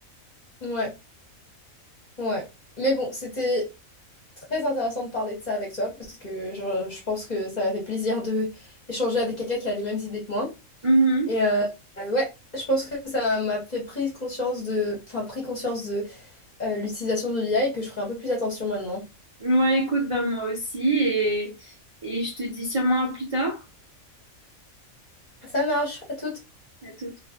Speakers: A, on the left; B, on the right.
A: Ouais, ouais. Mais bon, c'était... Très intéressant de parler de ça avec toi parce que je, je pense que ça m'a fait plaisir de échanger avec quelqu'un qui a les mêmes idées que moi.
B: Mhm.
A: Et euh, euh, ouais, je pense que ça m'a fait prise conscience de, enfin, pris conscience de euh, l'utilisation de l'IA et que je ferai un peu plus attention maintenant.
B: Ouais, écoute, ben moi aussi et, et je te dis sûrement à plus tard.
A: Ça marche, à toutes.
B: À tout.